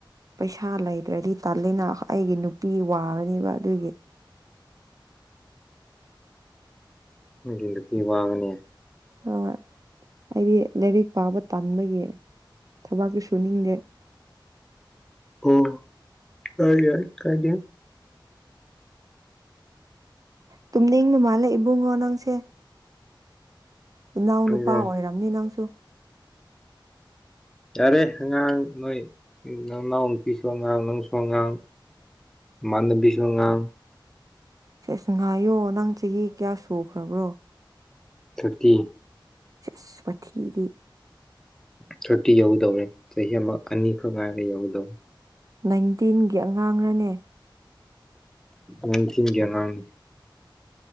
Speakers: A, on the right (about 45°); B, in the centre.
A: ꯄꯩꯁꯥ ꯂꯩꯇ꯭ꯔꯗꯤ ꯇꯜꯂꯤꯅ ꯑꯩꯒꯤ ꯅꯨꯄꯤ ꯋꯥꯔꯅꯦꯕ ꯑꯗꯨꯒꯤ
B: ꯅꯪꯒꯤ ꯅꯨꯄꯤ ꯋꯥꯒꯅꯦ
A: ꯍꯣꯏ ꯑꯩꯗꯤ ꯂꯥꯏꯔꯤꯛ ꯄꯥꯕ ꯇꯥꯟꯕꯒꯤ ꯊꯕꯥꯛꯇꯨ ꯁꯨꯅꯤꯡꯗꯦ
B: ꯑꯣ ꯌꯥꯏ ꯌꯥꯏ ꯀꯥꯏꯗꯦ
A: ꯇꯨꯝꯅꯤꯡꯕ ꯃꯥꯜꯂꯦ ꯏꯕꯨꯡꯉꯣ ꯅꯪꯁꯦ ꯏꯅꯥꯎ ꯅꯨꯄꯥ
B: ꯑꯩꯔꯣ
A: ꯑꯣꯏꯔꯝꯅꯤ ꯅꯪꯁꯨ
B: ꯌꯥꯔꯦ ꯑꯉꯥꯡ ꯅꯣꯏ ꯅꯪꯅꯥꯎ ꯅꯨꯄꯤꯁꯨ ꯑꯉꯥꯡ ꯅꯪꯁꯨ ꯑꯉꯥꯡ ꯃꯥꯟꯗꯕꯤꯁꯨ ꯑꯉꯥꯡ
A: ꯁꯦꯁ ꯉꯥꯏꯌꯣ ꯅꯪ ꯆꯍꯤ ꯀꯌꯥ ꯁꯨꯈ꯭ꯔꯕ꯭ꯔꯣ
B: ꯊꫪꯇꯤ
A: ꯁꯦꯁ ꯈꯨꯊꯤꯗꯤ
B: ꯊꯥꯔꯇꯤ ꯌꯧꯗꯧꯔꯦ ꯆꯍꯤ ꯑꯃ ꯑꯅꯤꯈꯛ ꯉꯥꯏꯔꯒ ꯌꯧꯗꯧꯔꯦ
A: ꯅꯥꯏꯟꯇꯤꯟꯒꯤ ꯑꯉꯥꯡꯔꯅꯦ
B: ꯅꯥꯏꯟꯇꯤꯒꯤ ꯑꯉꯥꯡꯅꯤ